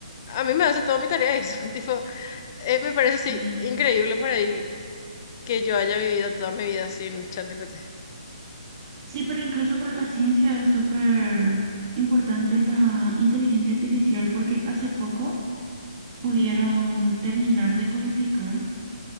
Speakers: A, on the left; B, on the right.
A: a mí me hace toda mi tarea eso, <laughs> tipo, eh, me parece
B: sí.
A: así increíble por ahí que yo haya vivido toda mi vida sin chat GPT.
B: Sí, pero incluso para la ciencia es súper importante la inteligencia artificial porque hace poco pudieron terminar de codificar